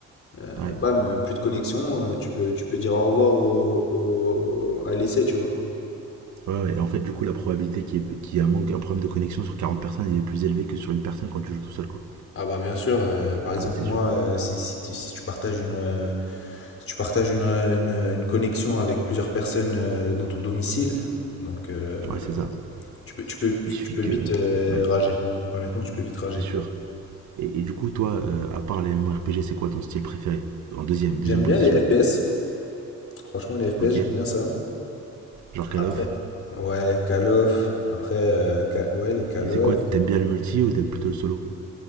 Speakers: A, on the left; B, on the right.
A: euh,
B: ouais.
A: bam, euh, plus de connexion, euh, tu peux, tu peux dire au revoir au, au- à l'essai, tu vois.
B: Ouais, ouais. Et en fait, du coup, la probabilité qu'il y, ait- qu'il y ait un, manque, un problème de connexion sur 40 personnes elle est plus élevée que sur une personne quand tu joues tout seul, quoi.
A: Ah bah bien sûr, euh, par exemple
B: Ah, c'est
A: moi,
B: sûr.
A: euh, si, si, tu si tu partages une, euh, si tu partages une, euh, une, euh, une connexion avec plusieurs personnes euh, dans ton domicile, donc euh,
B: Ouais, c'est ça.
A: tu peux, tu peux, tu,
B: Il suffit
A: tu peux
B: que.
A: vite euh,
B: Ouais,
A: rager. Honnêtement, tu peux vite rager.
B: c'est sûr. Et, et du coup, toi, euh, à part les MMORPG, c'est quoi ton style préféré En deuxième, deuxième
A: J'aime
B: position.
A: bien les FPS. Franchement, les FPS,
B: Ok
A: j'aime bien ça.
B: Genre Call
A: Après,
B: of.
A: ouais, Call of. Après, euh, Ca- ouais, les Call
B: Et c'est
A: of.
B: quoi T'aimes bien le multi ou t'aimes plutôt le solo